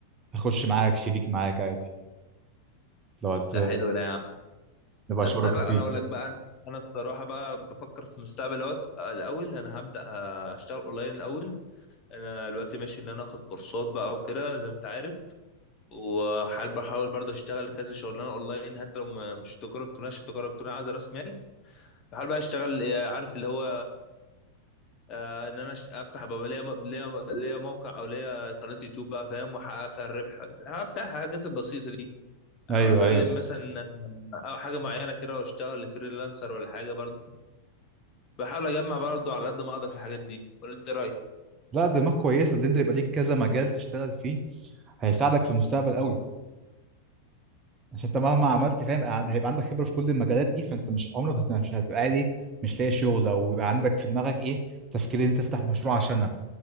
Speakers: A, on the right; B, on the left.
A: اخش معاك شريك معاك عادي لو هت...
B: لا حلو ده يا عم
A: نبقى
B: بس
A: شركاء
B: انا
A: فيه
B: أنا اقول لك بقى انا الصراحه بقى بفكر في المستقبل اهوت الاول انا هبدا اشتغل اونلاين الاول انا دلوقتي ماشي اللي انا اخد كورسات بقى وكده زي ما انت عارف وحال بحاول برضه اشتغل كذا شغلانه اونلاين حتى لو ما- مش تجاره الكترونيه عشان التجاره الالكترونيه عايزه راس مال بحاول بقى اشتغل آه، عارف اللي هو آه، ان انا أش- افتح بقى ليا م- ليا ليا موقع او ليا قناه يوتيوب بقى فاهم واحقق فيها الربح هبدا الحاجات البسيطه دي احاول
A: ايوه
B: اتعلم
A: ايوه
B: مثلا او حاجه معينه كده واشتغل فريلانسر ولا حاجه برضه بحاول اجمع برضه على قد ما اقدر في الحاجات دي ولا انت إيه رايك
A: لا دماغ كويسه اللي انت يبقى ليك كذا مجال تشتغل فيه هيساعدك في المستقبل قوي عشان انت مهما عملت فاهم ع- هيبقى عندك خبره في كل المجالات دي فانت مش عمرك مش مش هتبقى عادي مش لاقي شغل او يبقى عندك في دماغك ايه تفكير ان انت تفتح مشروع عشانها